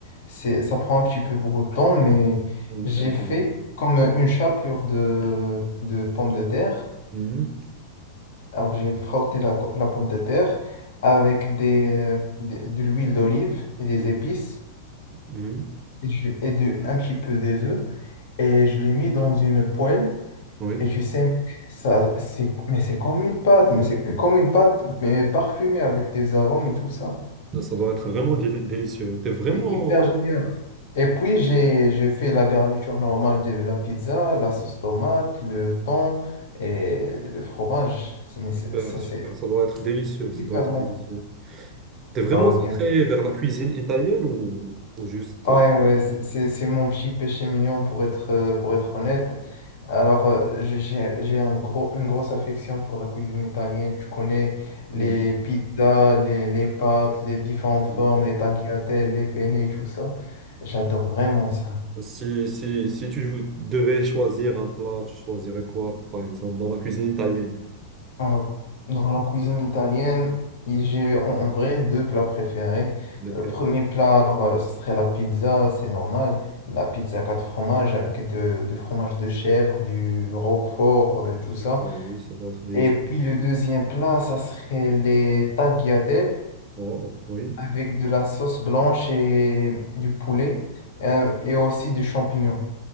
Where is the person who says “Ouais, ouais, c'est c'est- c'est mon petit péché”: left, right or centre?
Left